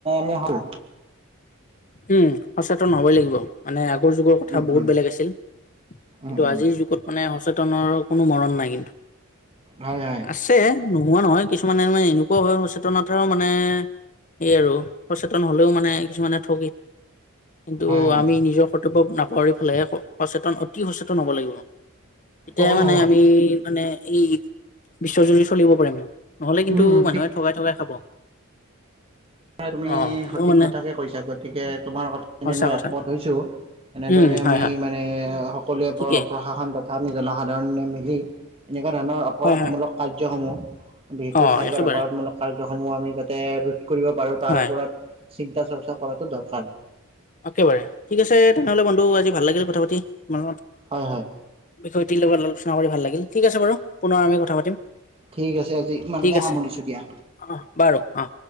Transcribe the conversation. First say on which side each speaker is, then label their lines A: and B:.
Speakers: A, on the right (about 25°); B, on the left (about 35°).
A: ম হ <unintelligible>
B: উম সচেতন হব'ই লাগিব মানে আগৰ যুগৰ কথা
A: উম
B: বহুত
A: উম
B: বেলেগ আছিল কিন্তু
A: উম উম
B: আজিৰ যুগত মানে সচেতনৰ কোনো মৰণ নাই কিন্তু
A: হয় হয়
B: আছে নোহোৱা নহয় কি কিছুমানে মানে এনেকুৱা হয় সচেতনতাও মানে এই আৰু সচেতন হলেও মানে কিছুমানে থ কিন্তু
A: হয় হয়
B: আমি নিজৰ ৱ নাপৰি ফালে সচেতন অতি সচেতন হ'ব লাগিব এতিয়া
A: অ'
B: মানে
A: অ'
B: আমি মানে এই বিশ্বজুৰি চলিব পাৰেিম নহলে কিন্তু
A: উম উম
B: মানুহে
A: ঠিক
B: ঠগাই থঠগাই খাব
A: তুমি
B: অ
A: সঠিক
B: মোৰ মানে
A: কথাকে কৈছা ক'ত গতিকে তোমাৰ কথাখিনিত
B: সঁচা
A: মই
B: কথা
A: একমত হৈছোঁ এনেদৰে
B: উম হয়
A: আমি
B: হয়
A: মানে সকলোৱে
B: ঠিকেই
A: প্ৰ প্ৰশাসন তথা আমি জনসাধাৰণে মিলি এনেকুৱা ধৰণৰ অপৰাধমূলক
B: হয় হয়
A: কাৰ্যসমূহ বিশেষকৈ
B: অ
A: চাইবাৰ
B: একেবাৰে
A: অপৰাধমূলক কাৰ্যসমূহ আমি যাতে ৰোধ কৰিব পাৰো তাৰ
B: হয়
A: ওপৰত চিন্তা চৰ্চা কৰাটো দৰকাৰ
B: অকেবাৰে ঠিক আছে তেনেহ'লে বন্ধু আজি ভাল লাগিল কথা পাতি ম
A: হয় হয়
B: বিষয়টিৰ লগত আলোচনা কৰি ভাল লাগিল ঠিক আছে বাৰু পুনৰ আমি কথা পাতিম
A: ঠিক আছে আজি ইমানতে
B: ঠিক আছে
A: সামৰিছোঁ দিয়া।
B: অ বাৰু অ